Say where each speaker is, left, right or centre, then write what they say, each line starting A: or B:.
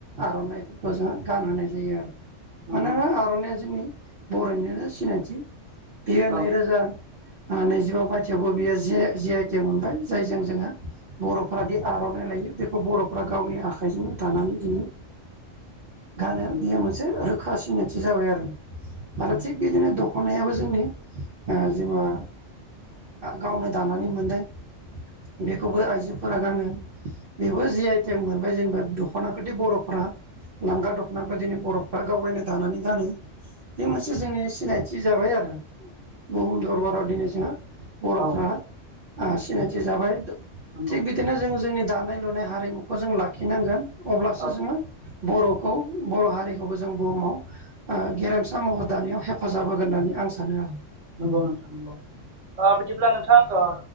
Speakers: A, on the right; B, on the right.
A: आर'नाइफोरखौ जोङो गानहोनाय जायो आरो
B: नंगौ
A: मानोना आर'नाइया जोंनि बर'निनो सिनायथि। बियो
B: औ
A: नैरोजा नैजिबा मायथायाइयावबो बियो जि आइ टि मोनबाय जायजों जोङो बर'फोरााद आर'नाइ लायो बेखौ बर'फ्रा गावनि आखाइजोंनो दानानै दिनै गानो
B: नंगौ
A: बियो मोनसे रोखा सिनायथि जाबाय आरो।
B: औ
A: आरो थिग बिदिनो दख'नायाबो जोंनि जेनेबा गावनो दानानै मोनदों बेखौबो आइजोफोरा गानो। बेबो जि आइटेम मोनबाय जेनेबा दख'नाखौदि बर'फ्रा लांगा दख'नाफोर दिदिनो बर'फ्रा गावगायनो दानानै गानो बे मोनस से जोंनि सिनायथि जाबाय आरो बुहुम दरबाराव दिनै जोंङो बर'फ्रा
B: औ
A: ओ सिनायथि जाबाय
B: नंगौ
A: थिग बिदिनो जोङो जोंनि दानाय लुनाय हारिमुखौ जों लाखिनांगोन अब्लासो
B: औ
A: जोङो बर'खौ बर' हारिखौबो जों बुहुमाव ओ गेरेमसा महर दानायाव हेफाजाब होगोन होननानै आं सानो आरो।
B: नंगौ नोंथां नंगौ। ओ बिदिब्ला नोंथां ओ